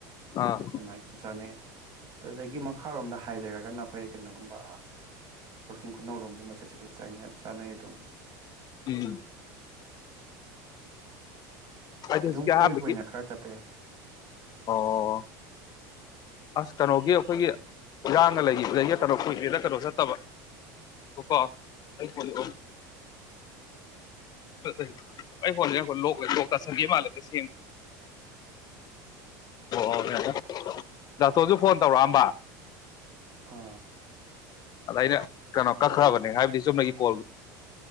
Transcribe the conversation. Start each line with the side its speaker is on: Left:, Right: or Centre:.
Left: ꯑꯥ
Right: ꯑꯗꯨꯃꯥꯏꯅꯁꯨ ꯆꯥꯅꯩ ꯑꯗꯨꯗꯒꯤ ꯃꯈꯥꯔꯣꯝꯗ ꯍꯥꯏꯊꯔꯒꯅ ꯑꯩꯈꯣꯏ ꯀꯩꯅꯣꯒꯨꯝꯕ ꯀꯛꯆꯤꯡ ꯈꯨꯅꯧꯔꯣꯝꯒꯨꯝꯕꯁꯦ ꯁꯤ ꯆꯥꯅꯩ ꯑꯗꯨꯝ
Left: ꯎꯝ ꯍꯥꯏ ꯍꯧꯖꯤꯛꯀꯤ
Right: ꯑꯗꯨꯝ
Left: ꯑꯍꯥꯟꯕꯒꯤ
Right: ꯀꯣꯏꯕ ꯑꯣꯏꯅ ꯈꯔ ꯆꯠꯄ ꯌꯥꯏ
Left: ꯑꯣ ꯑꯁ ꯀꯩꯅꯣꯒꯤ ꯑꯩꯈꯣꯏꯒꯤ ꯏꯔꯥꯡꯒ ꯂꯩꯗꯒꯤ ꯀꯩꯅꯣ ꯀꯨꯏꯂꯦꯗ ꯀꯩꯅꯣ ꯆꯠꯇꯕ ꯑ ꯀꯣ ꯑꯩ ꯐꯣꯟꯗꯩꯅꯣ ꯑꯩ ꯑꯩ ꯐꯣꯟꯁ ꯂꯣꯛ ꯂꯣꯛ ꯇ ꯁꯟꯒ ꯃꯥꯜꯂꯦ ꯁꯦꯝꯒꯦ ꯑꯣ ꯑꯣ ꯗꯥꯛꯇꯣꯔꯁꯨ ꯐꯣꯟ ꯇꯧꯔꯛꯑꯝꯕ
Right: ꯑꯥ
Left: ꯑꯗ ꯑꯩꯅ ꯀꯩꯅꯣ ꯀꯛꯈ꯭ꯔꯕꯅꯦ ꯍꯥꯏꯕꯗꯤ ꯆꯨꯝꯅꯒꯤ ꯀꯣꯜ